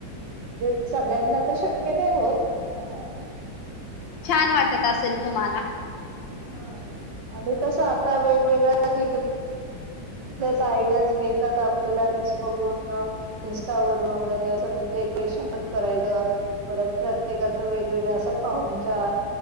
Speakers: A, on the right (about 65°); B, on the left (about 75°).
A: म्हणजे सगळ्यांना ते शक्य नाही होत ह
B: छान वाटत असेल तुम्हाला
A: हा आणि कसं आता वेगवेगळ्या <unintelligible> आयडियाज मिळतात आपल्याला रिल्स बघून इन्स्टावररून वगैरे असं डेकोरेशनच करायचं परत प्रत्येकाच वेगवेगळ असा पाहुणचार